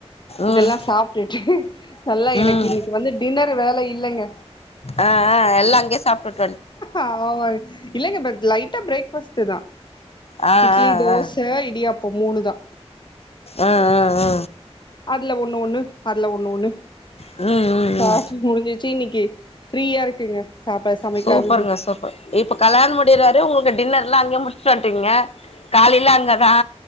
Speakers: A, on the left; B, on the left.
A: இதெல்லா
B: ம்
A: சாப்ட்டுட்டு நல்லா எனக்கு
B: ம்
A: இன்னைக்கு வந்து டின்னரு வேல இல்லைங்க
B: ஆ ஆ எல்லா அங்கே சாப்டு வந்
A: ஆமா இல்லைங்க பட் லைட்டா பிரேக்ஃபாஸ்ட்டு தா
B: ஆ
A: இட்லி
B: ஆ
A: தோச
B: ஆ
A: இடியாப்ப மூணு தா
B: ஆ ஆ ஆ
A: அதுல ஒன்னு ஒன்னு அதுல ஒன்னு ஒன்னு
B: ம் ம்
A: சாப்ட்டு
B: ம்
A: முடிஞ்சிச்சு இன்னைக்கு ஃப்ரீயா இருக்குங்க சாப்ப சமைக்காதது
B: சூப்பருங்க சூப்பர் இப்ப கல்யாண முடியிற வரையு உங்களுக்கு டின்னர்லா அங்கயே முடி சாப்ட்டீங்க காலைல அங்கதா